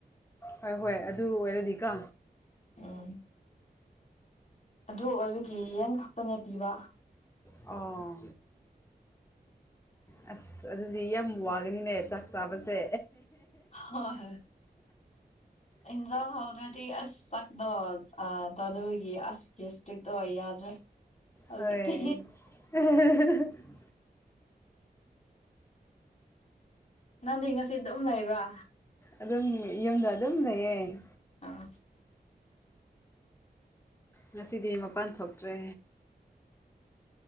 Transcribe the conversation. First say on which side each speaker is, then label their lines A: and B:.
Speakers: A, on the left; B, on the left.
A: ꯍꯣꯏ ꯍꯣꯏ ꯑꯗꯨ ꯑꯣꯏꯔꯗꯤꯀꯣ
B: ꯎꯝ ꯑꯗꯨ ꯑꯣꯏꯕꯒꯤ ꯌꯦꯟ ꯈꯛꯇꯅꯦ ꯄꯤꯕ
A: ꯑꯣ ꯑꯁ ꯑꯗꯨꯗꯤ ꯌꯥꯝ ꯋꯥꯒꯅꯤꯅꯦ ꯆꯥꯛ ꯆꯥꯕꯁꯦ
B: ꯍꯣꯏ ꯏꯟꯖꯥꯛ ꯍꯥꯎꯗ꯭ꯔꯗꯤ ꯑꯁ ꯁꯛꯗꯣ ꯆꯥꯗꯕꯒꯤ ꯑꯁꯀꯤ ꯏꯁꯇꯤꯔꯤꯛꯇ ꯑꯣꯏ ꯌꯥꯗ꯭ꯔꯦ ꯍꯧꯖꯤꯛꯇꯤ
A: ꯍꯣꯏ <unintelligible>
B: ꯅꯪꯗꯤ ꯉꯁꯤ ꯑꯗꯨꯝ ꯂꯩꯕ꯭ꯔꯥ
A: ꯑꯗꯨꯝ ꯌꯨꯝꯗ ꯑꯗꯨꯝ ꯂꯩꯌꯦ
B: ꯑꯥ
A: ꯉꯁꯤꯗꯤ ꯃꯄꯥꯟ ꯊꯣꯛꯇ꯭ꯔꯦ